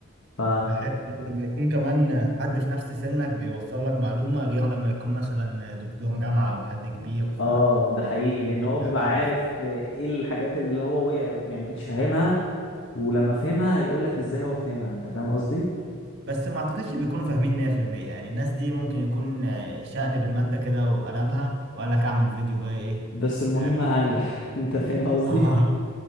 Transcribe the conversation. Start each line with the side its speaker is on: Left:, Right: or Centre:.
Left: ف
Right: بحب لما يكون كمان حد في نفس سنك بيوصل لك معلومة غير لما يكون مثلا دكتور جامعة أو حد كبير فالموضوع
Left: اه ده حقيقي لأن
Right: بيختلف
Left: هو بيبقى عارف ايه الحاجات اللي هو وقع يعني كنتش فاهمها ولما فهمها هيقول لك ازاي هو فهمها انت فاهم قصدي
Right: بس ما أعتقدش بيكونوا فاهمين 100% يعني الناس دي ممكن يكون آه، شقلب المادة كده وقلبها وقال لك أعمل فيديو بقى إيه
Left: بس المهم
Right: آه،
Left: هنجح <laughs> انت فاهم قصدي
Right: <laughs>